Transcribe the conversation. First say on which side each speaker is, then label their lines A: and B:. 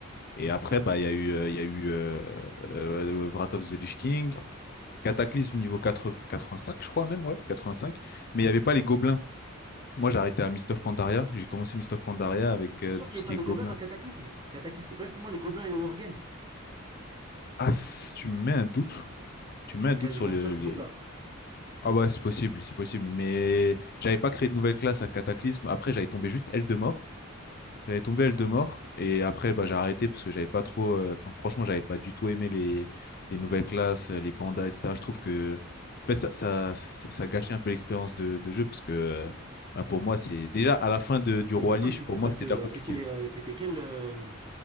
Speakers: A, on the left; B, on the right.
A: Et après, bah, il y a eu, euh, il y a eu euh, euh, Wrath of the Lich King, Cataclysme niveau 80 85, je crois même, ouais, 85. Mais il n'y avait pas les gobelins. Moi, j'ai arrêté à Mist of Pandaria. J'ai commencé Mist of Pandaria avec
B: T'es
A: euh,
B: sûr qu'il
A: tout
B: n'y
A: ce
B: avait
A: qui
B: pas les
A: est gobelins.
B: gobelins dans Cataclysme Cataclysme, c'était pas justement les gobelins et les worgen
A: Ah, c- tu me mets un doute. Tu
B: Je
A: mets
B: suis
A: un doute
B: quasiment
A: sur le,
B: sûr que
A: les-
B: c'était ça.
A: Ah ouais, c'est possible, c'est possible. Mais j'avais pas créé de nouvelle classe à Cataclysme. Après, j'avais tombé juste L de mort. J'avais tombé L de mort. Et après, bah, j'ai arrêté parce que j'avais pas trop. euh, Enfin, franchement, j'avais pas du tout aimé les, les nouvelles classes, euh, les pandas, etc. Je trouve que. En fait, ça, ça, ça, ça gâchait un peu l'expérience de, de jeu parce que euh, bah, pour moi, c'est. Déjà, à la fin de, du
B: Et
A: Roi
B: attends,
A: Lich,
B: du
A: pour
B: coup,
A: moi,
B: parce
A: c'était
B: que euh,
A: déjà compliqué.
B: t'étais, euh, t'étais quelle, euh,